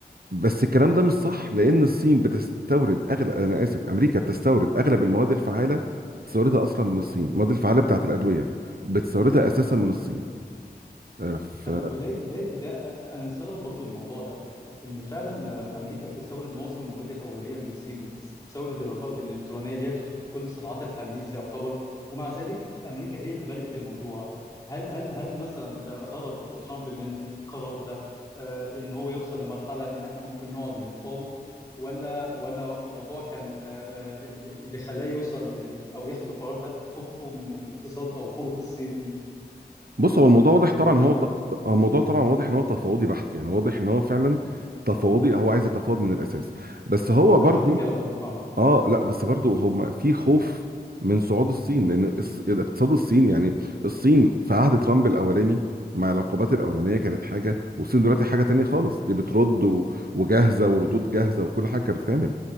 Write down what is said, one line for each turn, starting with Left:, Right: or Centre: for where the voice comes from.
Right: بس الكلام ده مش صح لان الصين بتستورد اغلب انا اسف امريكا بتستورد اغلب المواد الفعاله بتستوردها اصلا من الصين المواد الفعاله بتاعت الادويه بتستوردها اساسا من الصين ف-
Left: طب وده ده ده انا مستغرب برضو الموضوع ده ان فعلا آه، امريكا بتستورد معظم المواد الاوليه من الصين وبتستورد الرقائق الالكترونيه اللي هي بتدخل في كل الصناعات الحديثه يعتبر ومع ذلك امريكا هي اللي بدات الموضوع هل هل هل مثلا آه، غرض ترامب من القرار ده آه، ان هو يوصل لمرحله ان احنا ممكن نقعد ونتفاوض ولا ولا الموضوع كان آه، آه، ال- ال- اللي خلاه يوصل لل- او ياخد القرار ده خوفه من من اقتصاد او قوه الصين
Right: بص هو الموضوع واضح طبعا ان
Left: فاهم
Right: هو
Left: أقصد
Right: تف-
Left: إيه؟
Right: هو الموضوع طبعا واضح ان هو تفاوضي بحت يعني واضح ان هو فعلا تفاوضي هو عايز يتفاوض من الاساس بس هو برضه
Left: انا قلت كده برضو اه
Right: اه لا بس برضه هم في خوف من صعود الصين لان الص- الاقتصاد الصيني يعني الصين في عهد ترامب الاولاني مع العقوبات الاولانيه كانت حاجه والصين دلوقتي حاجه تانية خالص دي بترد و- وجاهزه وردود جاهزه وكل حاجه بتتعمل